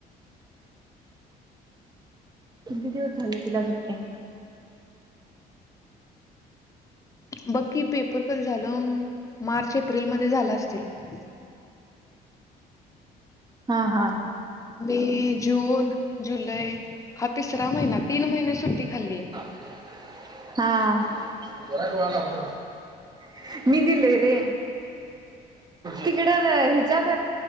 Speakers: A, on the right (about 25°); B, on the left (about 20°).
A: किती दिवस झालं तिला सुट्टी हाय?
B: बघ की पेपर कधी झालं. मार्च एप्रिल मध्ये झालं असतील.
A: हां हां.
B: मे जून जुलै ह तिसरा महिना तीन महिने सुट्टी खाल्लीये.
A: हां मी दिलय रे तिकड ह्याच्यात